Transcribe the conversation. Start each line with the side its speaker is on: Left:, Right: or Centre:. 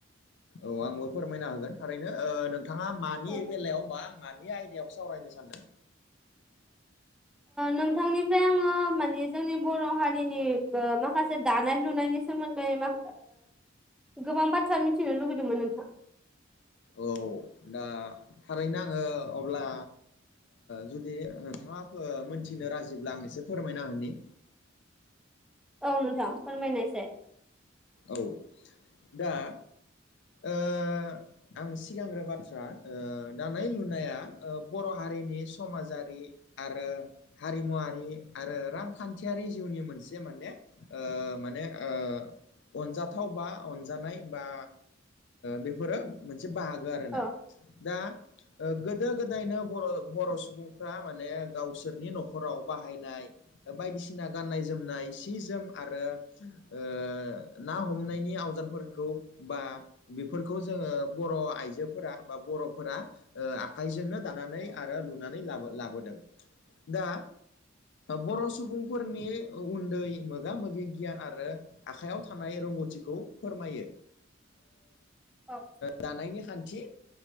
Left: औ आंबो फोरमायनो हागोन थारैनो ओ नों नोंथाङा मानि
Centre: औ
Left: बेलायाव बा मानि आयदायाव सावरायनो सानदों?
Centre: नोंथांनिफ्राय आङो माने जोंनि बर' हारिनि माखासे दानाय लुनायनि सोमोन्दै मा गोबां बाथ्रा मिथिनो लुुबैदोंमोन नोंथां।
Left: औ दा थारैनो आङो अब्ला जुदि नोंथाङा मोनथिनो राजिब्ला आं एसे फोरमायना होनि
Centre: औ नोंथां फोरमायनायसाय
Left: औ दा ओ आं सिगांग्रो बाथ्रा दानाय लुनाया बर' हारिनि समाजारि आरो हारिमुवारि आरो रांखान्थियारि जिउनि मोनसे माने ओ माने ओ अनजाथाव बा अनजानाय बा बेफोरो मोनसे बाहागो आरोना
Centre: औ
Left: दा गोदो गोदायनो बर बर' सुबुंफ्रा माने गावसोरनि न'खराव बाहायनाय बायदिसिना गाननाय जोमनाय सि जोम आरो ओ ना हमनायनि आवजारफोरखौ बा बेफोरखौ जोङो बर' आइजोफोरा बा बर'फोरा आखाइजोंनो दानानै आरो लुनानै ला लाबोदों दा बर' सुबुंफोरनि उन्दै मोगा मोगि गियान आरो आखाइयाव थानाय रोंगौथिखौ फोरमायो।
Centre: अ
Left: दानायनि खान्थि